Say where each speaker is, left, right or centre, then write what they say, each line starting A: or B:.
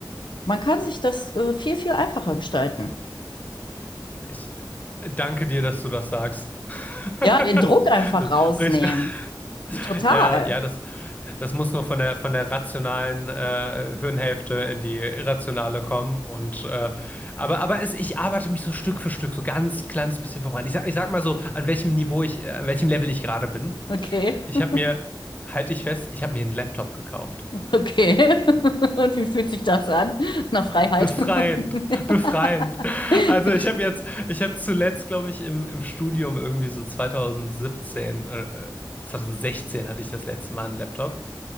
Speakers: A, on the left; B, on the left.
A: Man kann sich das äh, viel, viel einfacher gestalten.
B: Ich äh, danke dir, dass du das sagst. <laughs>
A: Ja, den Druck einfach
B: Du
A: rausnehmen.
B: sprichst gar- <laughs>
A: Total.
B: Ja, ja, das, das muss nur von der, von der rationalen äh, Hirnhälfte in die irrationale kommen. Und, äh, aber aber es, ich arbeite mich so Stück für Stück, so ganz kleines bisschen voran. Ich sag, ich sag mal so, an welchem Niveau ich, äh, an welchem Level ich gerade bin.
A: Okay.
B: Ich
A: <laughs>
B: habe mir, halte ich fest, ich habe mir einen Laptop gekauft.
A: Okay. <laughs> Und wie fühlt sich das an? Nach Freiheit.
B: Befreiend, befreiend.
A: <laughs>
B: Also ich habe jetzt, ich habe zuletzt, glaube ich, im, im Studium irgendwie so 2017, äh, äh, 2016 hatte ich das letzte Mal einen Laptop.